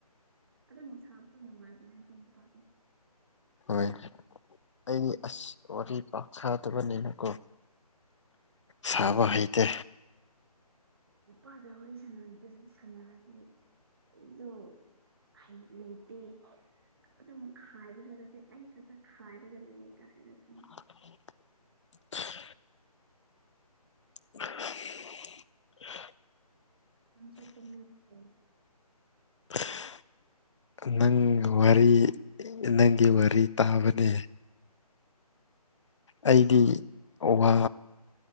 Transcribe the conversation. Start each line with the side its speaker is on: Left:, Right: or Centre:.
Right: ꯑꯗꯨꯕꯨ ꯁꯥꯥꯕꯗꯤ ꯅꯨꯡꯉꯥꯏꯕꯅꯦ ꯑꯗꯨ ꯅꯨꯄꯥꯗꯨ
Left: ꯍꯣꯏ ꯑꯩꯗꯤ ꯑꯁ ꯋꯥꯔꯤ ꯄꯥꯛ ꯁꯥꯗꯕꯅꯤꯅꯀꯣ ꯁꯥꯕ ꯍꯩꯇꯦ
Right: ꯅꯨꯄꯥꯅ ꯋꯥꯔꯤ ꯁꯥꯅꯗ ꯁꯥꯅꯗꯤ ꯑꯗꯨꯗꯣ ꯍꯩ ꯂꯩꯇꯦ ꯑꯗꯨꯝ ꯈꯥꯏꯕ ꯁꯨꯅꯠꯇꯦ ꯑꯩ ꯈꯥꯛꯇ ꯈꯥꯏꯔꯒ ꯂꯩ ꯀꯥꯏꯅꯥ ꯍꯥꯢꯔꯛꯀꯅꯤ
Left: <unintelligible> <unintelligible>
Right: ꯅꯪꯁꯨ ꯇꯨꯝꯅꯤꯡ ꯑꯣ
Left: <unintelligible> ꯅꯪꯒ ꯋꯥꯔꯤ ꯅꯪꯒꯤ ꯋꯥꯔꯤ ꯇꯥꯕꯅꯦ ꯑꯩꯗꯤ ꯋꯥ